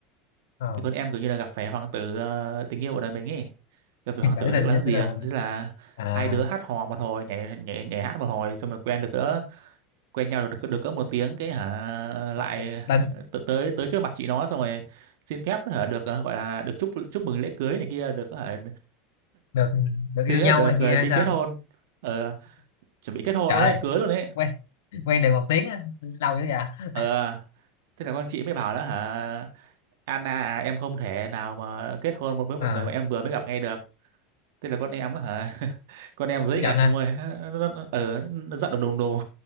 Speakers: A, on the left; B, on the right.
A: ờ
B: thì con em kiểu như là gặp phải hoàng tử ờ, tình yêu của đời mình ấy gặp phải
A: hiện
B: hoàng
A: tại
B: tử
A: cái
B: nước
A: tình
B: láng
A: yêu
B: giềng
A: cái đời mình
B: thế là
A: à
B: hai đứa hát hò một hồi nhảy nhảy nhảy hát một hồi xong rồi quen được cỡ quen nhau được được cỡ một tiếng cái hả
A: một-
B: lại
A: một tình
B: t- tới tới trước mặt chị nó xong rồi xin phép hả được ờ, gọi là được chúc chúc mừng lễ cưới này kia được hả
A: được được yêu
B: thì
A: nhau
B: được
A: này
B: ờ,
A: kia hay
B: đi
A: sao
B: kết hôn ờ, chuẩn bị kết hôn
A: trời
B: luôn
A: ơi
B: đấy cưới luôn đấy
A: quen quen được một tiếng á lâu dữ vậy
B: ờ Thế là con chị mới bảo đó hả Anna à, em không thể nào mà kết hôn một với
A: ờ
B: một người mà em vừa mới gặp ngay được Thế là con em á hả <laughs> con em dễ
A: giận
B: ngạch
A: ha,
B: ông ơi nó, nó, nó, ừ, nó giận đùng đùng đùng